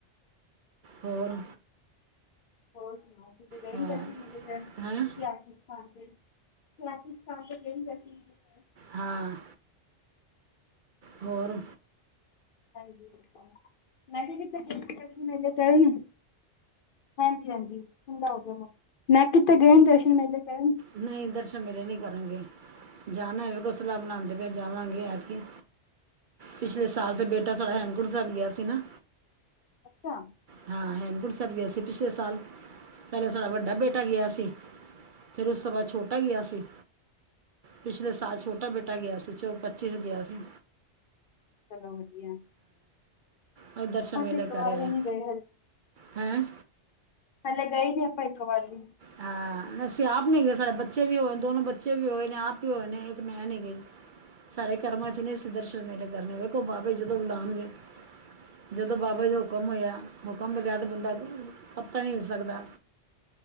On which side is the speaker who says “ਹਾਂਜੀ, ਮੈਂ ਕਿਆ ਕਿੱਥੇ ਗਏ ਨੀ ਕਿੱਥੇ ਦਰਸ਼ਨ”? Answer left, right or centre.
Left